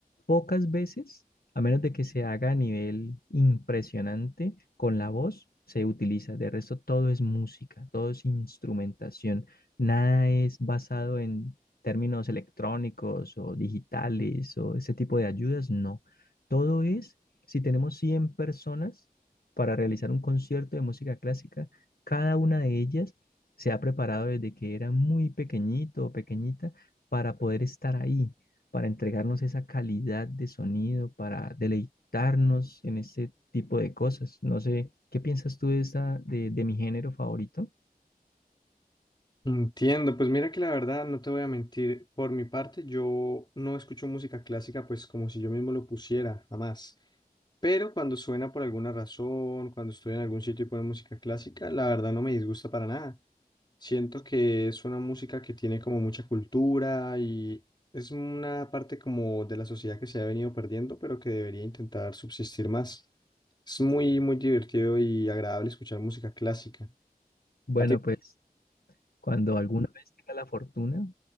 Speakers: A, on the left; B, on the left.
A: pocas veces, a menos de que se haga a nivel impresionante con la voz, se utiliza. De resto, todo es música, todo es instrumentación. Nada es basado en términos electrónicos o digitales o ese tipo de ayudas, no todo es, si tenemos 100 personas para realizar un concierto de música clásica, cada una de ellas se ha preparado desde que era muy pequeñito o pequeñita para poder estar ahí, para entregarnos esa calidad de sonido, para deleitarnos en este tipo de cosas. No sé, ¿qué piensas tú de esta, de, de mi género favorito?
B: Entiendo, pues mira que la verdad no te voy a mentir, por mi parte yo no escucho música clásica pues como si yo mismo lo pusiera, jamás. Pero cuando suena por alguna razón, cuando estoy en algún sitio y ponen música clásica, la verdad no me disgusta para nada. Siento que es una música que tiene como mucha cultura y es una parte como de la sociedad que se ha venido perdiendo, pero que debería intentar subsistir más. Es muy, muy divertido y agradable escuchar música clásica.
A: Bueno,
B: ¿A ti?
A: pues cuando alguna vez tenga la fortuna